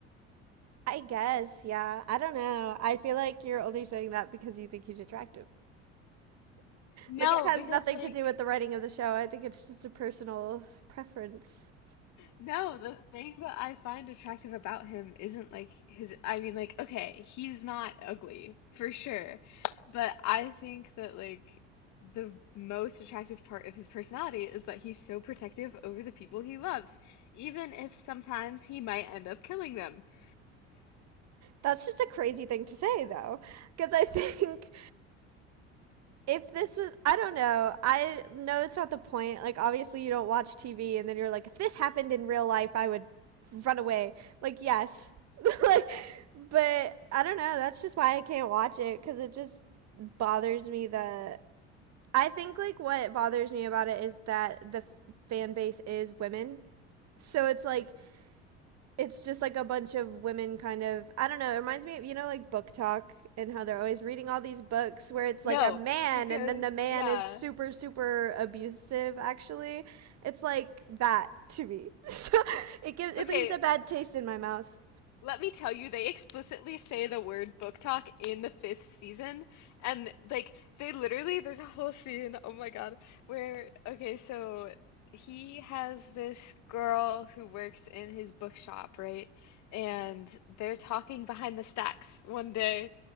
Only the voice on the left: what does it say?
No,
because
like
no, the thing that I find attractive about him isn't like his I mean like okay, he's not ugly for sure, but I think that like the most attractive part of his personality is that he's so protective over the people he loves, even if sometimes he might end up killing them. <laughs>
No,
because
yeah.
Okay,
Let me tell you, they explicitly say the word book talk in the fifth season, and like they literally, there's a whole scene, oh my God, where okay, so he has this girl who works in his bookshop, right? And they're talking behind the stacks one day,